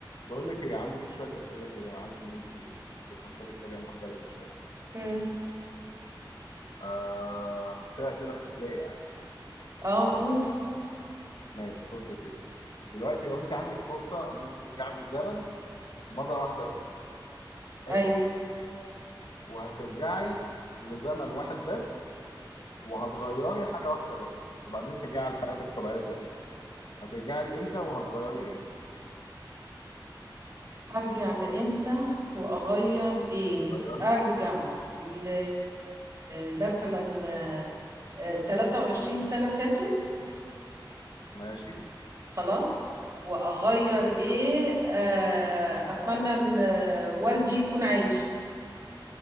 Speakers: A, on the left; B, on the right.
A: بقول لك ايه عندي ليك شويه اسئله كده انا عارف ان انت بتفكري بطريقه مختلفه شويه
B: مم.
A: آه بس هي اسئله خياليه يعني
B: اه قول
A: ماشي بص يا ستي دلوقتي لو انت عندك فرصه ان انت ترجعي بالزمن مره واحده بس حلو
B: اي
A: وهترجعي لزمن واحد بس وهتغيري حاجه واحده بس وبعدين ترجعي لحياتك الطبيعيه تاني هترجعي لامتى وهتغيري ايه
B: ارجع لامتى واغير ايه
A: غيري
B: ارجع
A: ايه
B: ل مثلا آه، 23 سنة فاتوا
A: ماشي
B: خلاص واغير ايه آه، اتمنى ان آه، والدي يكون عايش